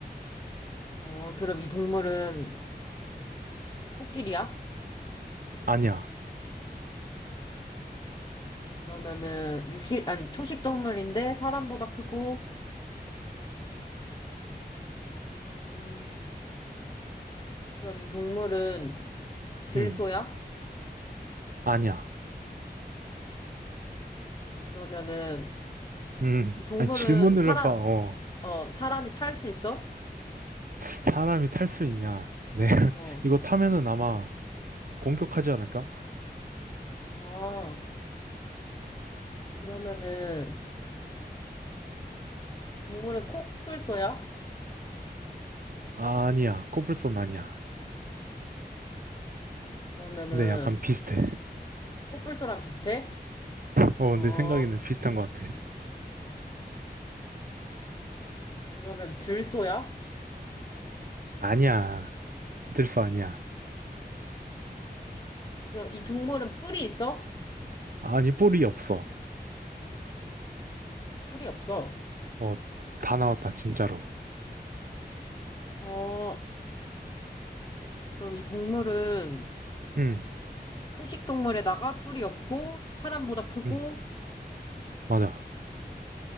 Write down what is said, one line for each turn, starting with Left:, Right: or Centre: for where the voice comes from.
Left: 어, 그럼 이 동물은 코끼리야?
Right: 아니야.
Left: 그러면은 육식 아니 초식 동물인데 사람보다 크고 음 그럼 이 동물은 들소야?
Right: 응. 아니야.
Left: 그러면은
Right: 음...
Left: 이 동물은
Right: 아니, 질문을
Left: 사람
Right: 해봐. 어.
Left: 어 사람이 탈 수 있어?
Right: 사람이 탈 수 있냐? 네. <laughs>
Left: 어.
Right: 이거 타면은 아마 공격하지 않을까?
Left: 아 그러면은 이 동물은 코뿔소야?
Right: 아, 아니야. 코뿔소는 아니야.
Left: 그러면은
Right: 근데 약간 비슷해.
Left: 코뿔소랑 비슷해?
Right: 어,
Left: 어
Right: 내 생각에는 비슷한 것 같아.
Left: 그러면 들소야?
Right: 아니야. 들소 아니야.
Left: 그럼 이 동물은 뿔이 있어?
Right: 아니, 뿔이 없어.
Left: 뿔이 없어.
Right: 어, 다 나왔다, 진짜로.
Left: 어 그럼 이 동물은
Right: 응,
Left: 초식 동물에다가 뿔이 없고 사람보다 크고
Right: 응, 맞아.